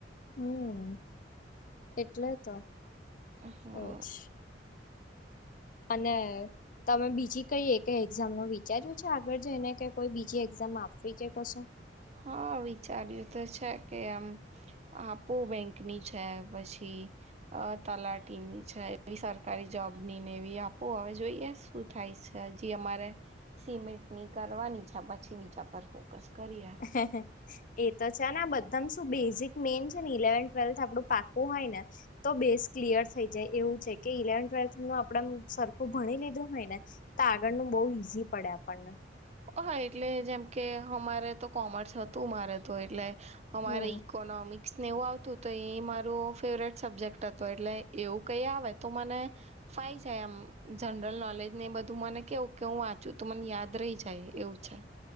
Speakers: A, on the left; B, on the right.
A: હમ એટલે તો.
B: હા
A: એજ
B: <unintelligible>
A: અને. તમે બીજી કઈ એક એક્ઝામ નું વિચાર્યું છે આગળ જઈને કે કોઈ બીજી એક્ઝામ આપવી કે કશો.
B: હા વિચાર્યું તો છે કે એમ. આપો બેંકની છે પછી. અ તલાટીની છે એવી સરકારી જોબ ની ને એવી આપું હવે જોઈએ, શું થાય છે જે અમારે સિમેન્ટ ની કરવાની છે પછી બીજા પર ફોકસ કરીએ.
A: કશું એ તો છેને આ બધા શું બેઝિક મેન છે ને ઇલેવન ટ્વેલ્થ આપડું પાકોું હોય ને. તો બેસ ક્લિયર થઈ જાય એવું છે કે ઈલેવનથ ટ્વેલ્થ ન આપણેે સરખું ભણી લીધું હોય ને. તો આગળનું બહુ ઈઝી પડે આપણને.
B: હા એટલે જેમ કે અમારે તો કોમર્સ હતું મારે તો એટલે. અમારે
A: હમ
B: ઈકોનોમિક્સ ને એવું આવતું હતું. તો એ મારું ફેવરેટ સબ્જેક્ટ હતોું એટલે એવું કઈ આવે તો મને. ફાઈ જાય આમ જનરલ નોલેજ ને એ બધું મને કેવું કે હું વાંચું તો મને યાદ રહી જાય. કાય એવું છે.